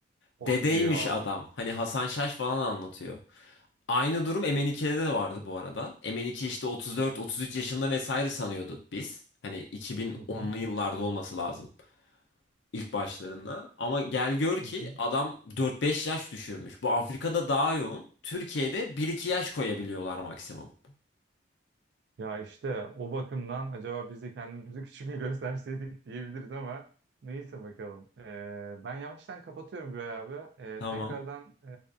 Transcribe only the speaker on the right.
Hadi
ya.
Hı hı,
hı hı.
Ya işte o bakımdan acaba biz de kendimizi <laughs> küçük mü gösterseydik diyebiliriz ama neyse bakalım. Ee, ben yavaştan kapatıyorum Güray abi. Ee,
tekrardan ee,